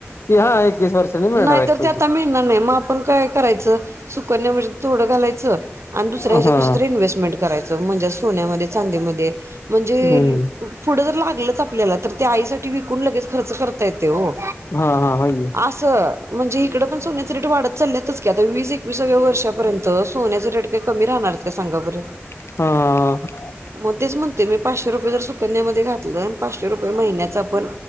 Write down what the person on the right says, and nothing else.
नाहीतर
ते आता मिळणार नाही, मग आपण काय करायचं सुकन्या म्हजे थोडं घालायचं आणि दुसऱ्या
हेज्यात कशात तरी इन्हेस्टमेंट करायचं म्हणजे सोन्यामध्ये, चांदीमध्ये म्हणजे
पुढं जर लागलच आपल्याला तर ते आईसाठी विकून लगेच खर्च करता येतयं वो
असं म्हणजे इकड पण सोन्याच रेट वाढत चाल्यातच की आता वीस एकविसाव्या वर्षापर्यंत सोन्याचं रेट ते कमी राहणार आहेत काय सांगा बरं
म तेच म्हणतोय मी, पाचशे रुपये जर सुकन्यामध्ये घातलं पाचशे रुपये महिन्याच आपण